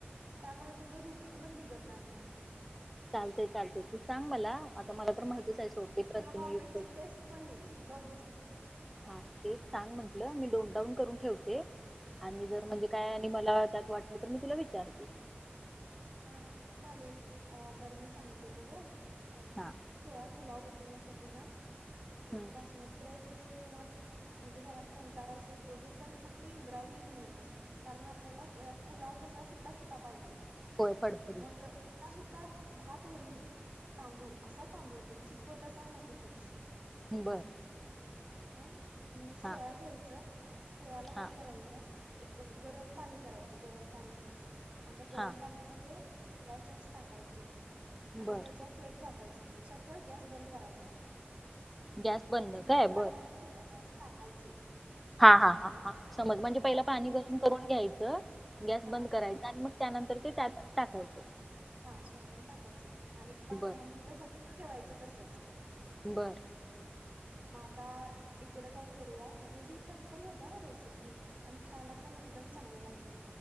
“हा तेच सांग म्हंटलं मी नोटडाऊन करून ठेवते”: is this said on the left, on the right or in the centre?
Centre